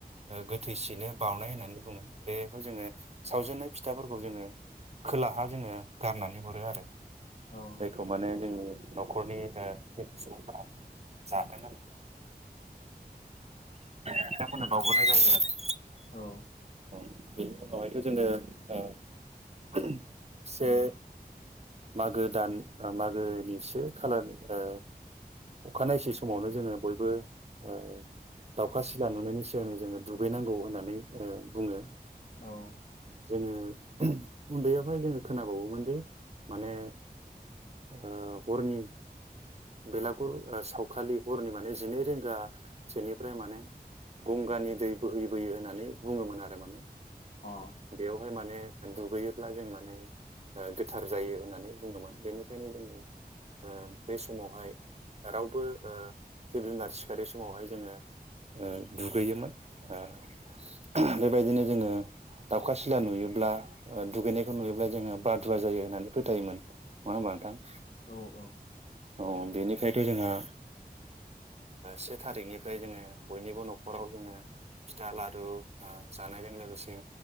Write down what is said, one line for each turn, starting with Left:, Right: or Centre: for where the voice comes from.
Right: गोथैसिनो बाउनाय होननानै बुङो बेखौ जोङो सावजेननाय फिथाफोरखौ जोङो खोलाहा जोङो गारनानै हरो आरो।
Left: औ
Right: जायखौ माने जोंनि न'खरनि थैनाय सुबुंफोरा जागोन होननानै जों बिथांमोननो बावबोननाय जायो आरो
Left: औ
Right: औ बेनि उनावहायथ' जोङो से मागो दान मागोनिसे खालार ओ अखानायसै समावनो जोङो बयबो ओ दाउखा सिला नुनायनि सिगांनो जोङो दुगैनांगौ होननानै बुङो।
Left: औ
Right: जोङो उन्दैयावहाय जोङो खोनाबावोमोन दि माने ओ हरनि बेलागुर सावखालि हरनि माने जिनै रिंगासोनिफ्राय माने गंगानि दै बोहैबोयो होननानै बुङोमोन आरो माने
Left: अह
Right: बेवहाय माने दुगैयोब्ला जों माने गोथार जायो होननानै बुङोमोन बेनिखायनो जोङो ओ बे सम समावहाय रावबो ओ जिब जुनार सिखारनाय समावहाय जोङो ओ दुगैयोमोन ओ बेबायदिनो जोङो दाउखा सिला नुयोब्ला दुगैनायखौ नुयोब्ला जोङो बादुवा जायो होननानै फोथायोमोन। नङा होनबा नोंथां
Left: औ औ
Right: औ बेनिफ्रायथ' जोंहा से थारिखनिफ्राय जोङो बयनिबो न'खराव जोङो फिथा लारु जानायजों लोगोसे